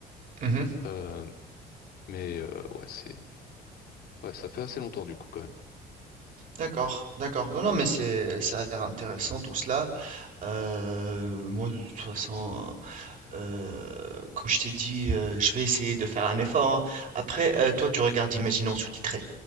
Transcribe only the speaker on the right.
Mmh
D'accord, d'accord. Non, non, mais c'est ça a l'air intéressant tout cela. Heu, moi de toute façon Heu, comme je t'ai dit, heu, je vais essayer de faire un effort, hein. Après, heu, toi, tu regardes, imagine en sous-titré.